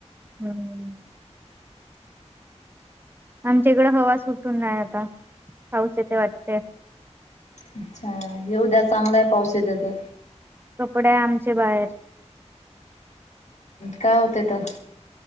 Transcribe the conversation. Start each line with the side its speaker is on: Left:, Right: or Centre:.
Right: हम्म आमच्या इकडं हवा सुटून नाही आता पाऊस येते वाटते.
Left: अच्छा येऊद्या चांगलंय पावस येत तर.
Right: कपडे आमचे बाहेर.
Left: काय होते तर,